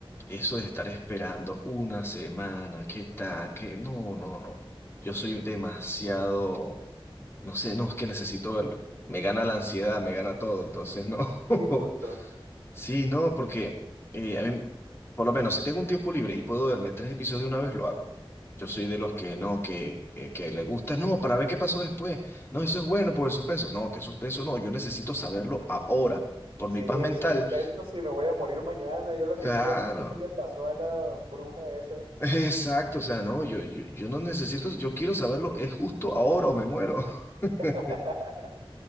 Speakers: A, on the left; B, on the right.
A: Eso de estar esperando una semana, qué tal, qué, no, no, no. Yo soy demasiado, no sé, no, es que necesito verlo. Me gana la ansiedad, me gana todo, entonces no.
B: Sí,
A: <laughs>
B: justo.
A: Sí, no, porque eh, a mí, por lo menos, si tengo un tiempo libre y puedo verme tres episodios de una vez, lo hago. Yo soy de los que no, que, que, que le gusta, no, para ver qué pasó después. No, eso es bueno por el suspenso. No, que suspenso no, yo necesito saberlo ahora, por
B: Sí,
A: mi paz mental.
B: suspenso si me voy a morir mañana. Yo lo
A: Claro,
B: que quiero es ver qué le pasó a la bruja esa.
A: <laughs> exacto, o sea, no, yo, yo, yo no necesito, yo quiero saberlo, es justo ahora o me muero. <laughs>
B: <laughs>